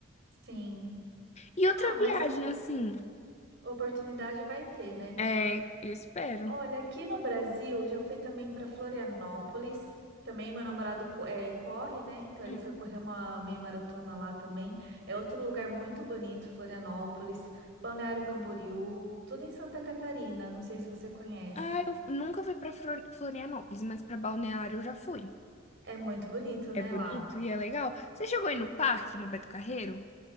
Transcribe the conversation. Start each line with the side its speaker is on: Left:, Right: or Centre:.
Right: Sim.
Left: E outra
Right: Ah, mas
Left: viagem, assim.
Right: oportunidade vai ter, né?
Left: É, eu espero.
Right: Olha, aqui no Brasil, eu já fui também para Florianópolis. Também meu namorado co- eh, corre, né? Então ele
Left: Uhum.
Right: foi correr uma meia maratona lá também. É outro lugar muito bonito, Florianópolis, Balneário Camboriú, tudo em Santa Catarina. Não sei se você conhece.
Left: Ah, eu nunca fui pra Flor- Florianópolis, mas pra Balneário eu já fui.
Right: É muito bonito, né,
Left: É bonito
Right: lá.
Left: e é legal. Você chegou aí no parque, no Beto Carreiro?